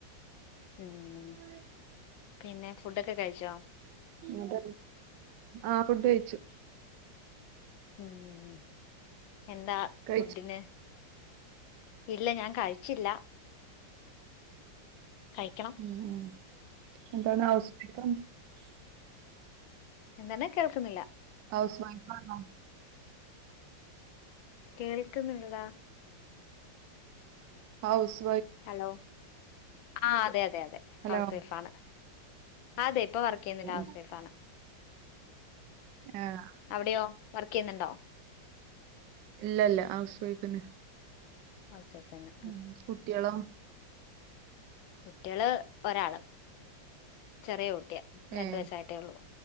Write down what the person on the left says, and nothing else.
ഉം
പിന്നെ ഫുടൊക്കെ കഴിച്ചോ
ഉം എന്താ
ഫുഡിന് ഇല്ല ഞാൻ കഴിച്ചില്ല കഴിക്കണം
എന്തണ് കേൾക്കുന്നില്ല
കേൾക്കുന്നില്ലട
ഹലോ ആ അതെ അതെ അതെ
ഹൗസ് വൈഫ് ആണ് അതെ ഇപ്പൊ വർക്ക് ചെയ്യുന്നില്ല
ഹൌസ്
വൈഫ്‌ ആണ്
അവിടെയോ വർക്ക് ചെയ്യുന്നുണ്ടോ
ഹൗസ് വൈഫെന്നെ
കുട്ടികള് ഒരാള് ചെറിയ കുട്ടിയ രണ്ടു
വയസായിട്ടേ ഉള്ളൂ